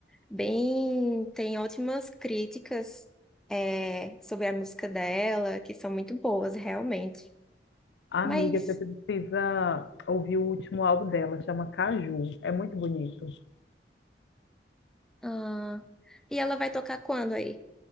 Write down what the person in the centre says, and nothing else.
bem, tem ótimas críticas é, sobre a música dela, que são muito boas, realmente.
Mas,
ah, e ela vai tocar quando aí?